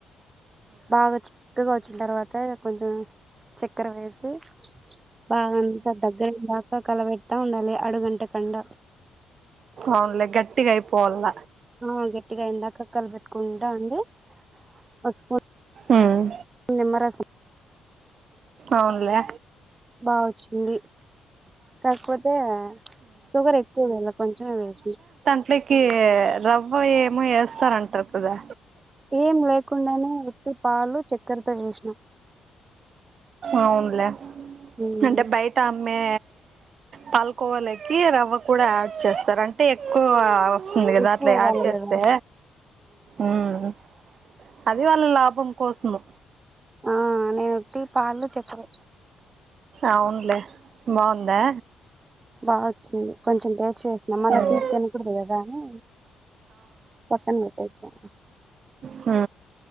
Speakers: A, on the right; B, on the right.
A: బాగా చిక్కగా వచ్చిన తర్వాత కొంచెం చెక్కెర వేసి బాగంతా దగ్గరయ్యేందాకా కలబెడ్తా ఉండాలి అడుగంటకండా
B: అవును లే గట్టిగైపొవ్వల్ల
A: ఆ గట్టిగా అయ్యిందాక కలుబెట్టుకుంటా ఉండి ఒక స్పూ
B: ఊమ్
A: నిమ్మరసిం
B: అవునులే
A: బావొచ్చింది కాకపోతే షుగర్ ఎక్కువ వేయలా కొంచెమే వేసినా
B: ట్లికి రవ్వ ఏమో ఎస్తారంట కదా
A: ఏం లేకుండా నే ఉట్టి పాలు చెక్కర తో జేసినాం
B: అవును లే
A: ఉమ్,
B: అంటే బయట అమ్మే పాలకోవాలేకి రవ్వ కూడా ఆడ్ చేస్తారు అంటే కోవా సింది గదా
A: ఎక్కువ
B: అట్ల
A: అవ్వాలి
B: యాడ్ చేస్తే
A: కదా
B: ఉమ్ అది వాళ్ళ లాభం కోసుము
A: ఆ నే ఒట్టి పాలు చెక్కెరే
B: అవును లే బావుందా
A: బావొచ్చింది కొంచం టేస్ట్ చే ఇంగ మల్ల
B: ఉమ్.
A: తీపి కనపడదు గదా అని పక్కన బెట్టేసినా
B: హూ